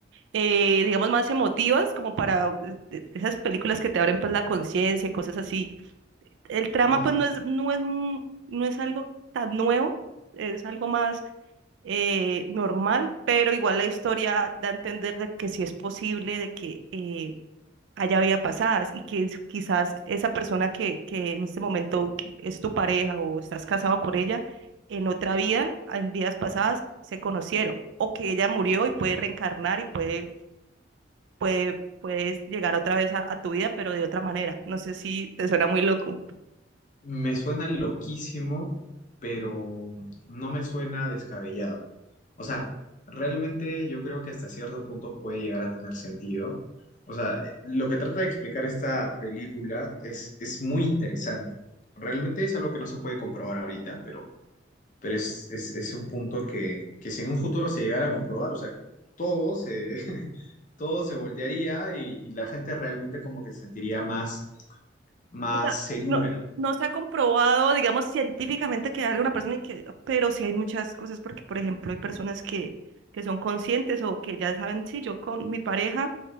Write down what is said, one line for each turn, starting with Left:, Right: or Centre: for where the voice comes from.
Right: eh, digamos, más emotivas, como para eh, de- de esas películas que te abren pues la conciencia, cosas así. El trama
Left: Ujú.
Right: pues no es, no es, mu- no es algo tan nuevo, es algo más eh, normal, pero igual la historia da a entender de que sí es posible, de que eh, haya vida pasadas y que es- quizás esa persona que, que en este momento que es tu pareja o estás casado con ella, en otra vida, en vidas pasadas, se conocieron o que ella murió y puede reencarnar y puede, puede, puedes llegar otra vez a, a tu vida, pero de otra manera. No sé si te suena muy loco.
Left: Me suena loquísimo, pero no me suena descabellado. O sea, realmente yo creo que hasta cierto punto puede llegar a tener sentido. O sea, lo que trata de explicar esta película es, es muy interesante. Realmente es algo que no se puede comprobar ahorita, pero, pero es, es, es un punto que, que si en un futuro se llegara a comprobar, o sea, todo se, <laughs> todo se voltearía y, y la gente realmente como que se sentiría más, más
Right: O sea,
Left: segura.
Right: no, no se ha comprobado, digamos, científicamente que haya una persona y que diga, pero sí hay muchas cosas porque, por ejemplo, hay personas que, que son conscientes o que ya saben, sí, yo con mi pareja